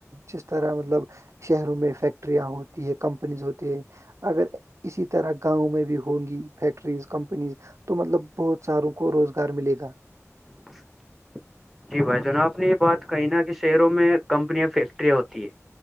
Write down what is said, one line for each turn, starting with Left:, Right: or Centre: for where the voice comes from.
Right: جس طرح مطلب شہروں میں فیکٹریاں ہو کمپنیز ہوتی ہے اگر اسی طرح گاؤں میں بھی ہوں گی فیکٹریز کمپنیز تو مطلب بہت ساروں کو روزگار ملے گا
Centre: <unintelligible> جی بھائی جناب آپ نے یہ بات کہی نا کہ شہروں میں کمپنیاں فیکٹریاں ہوتی ہے